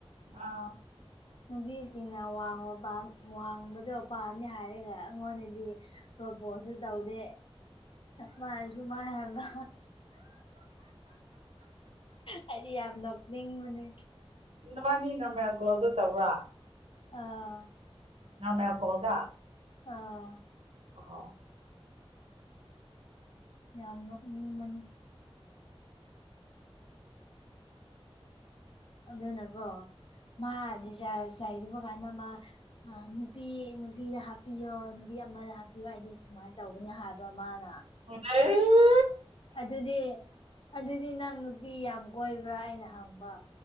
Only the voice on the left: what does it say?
ꯅꯨꯄꯤꯁꯤꯡꯅ ꯋꯥꯡꯕ ꯄꯥꯝ ꯋꯥꯡꯕꯗꯣ ꯄꯥꯝꯃꯦ ꯍꯥꯏꯔꯒ ꯑꯩꯉꯣꯟꯗꯗꯤ ꯄ꯭ꯔꯣꯄꯣꯁꯁꯨ ꯇꯧꯗꯦ ꯃꯥꯅ ꯁꯨꯃꯥꯟ ꯍꯥꯏꯕ ꯍꯥꯏꯗꯤ ꯌꯥꯝ ꯅꯣꯛꯅꯤꯡꯕꯅꯦ
ꯑꯥ
ꯑꯥ
ꯌꯥꯝ ꯅꫭꯛꯅꯤꯡꯕꯅꯦ ꯑꯗꯨꯅꯀꯣ ꯃꯥ ꯗꯤꯆꯥꯥꯔꯖ ꯂꯩꯕ ꯀꯥꯟꯗ ꯃꯥ ꯑ ꯅꯨꯄꯤ ꯅꯨꯄꯤꯗ ꯍꯥꯞꯄꯤꯌꯣ ꯅꯨꯄꯤ ꯑꯃꯗ ꯍꯥꯞꯄꯤꯌꯣ ꯑꯩꯗꯤ ꯁꯨꯃꯥꯏꯅ ꯇꯧꯕꯅꯤ ꯍꯥꯏꯕ ꯃꯥꯅ
ꯑꯗꯨꯗꯤ ꯑꯗꯨꯗꯤ ꯅꯪ ꯅꯨꯄꯤ ꯌꯥꯝ ꯀꯣꯏꯕ꯭ꯔꯥ ꯑꯩꯅ ꯍꯪꯕ